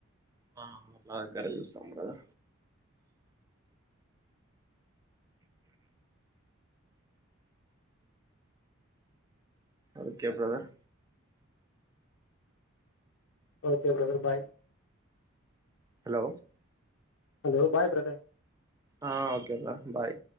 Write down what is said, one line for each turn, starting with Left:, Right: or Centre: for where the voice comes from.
Right: ఆ అ దగ్గర చూస్తం గదా okay brother
Left: okay brother bye
Right: hello
Left: hello bye brother
Right: ఆ ఓకే బా బాయ్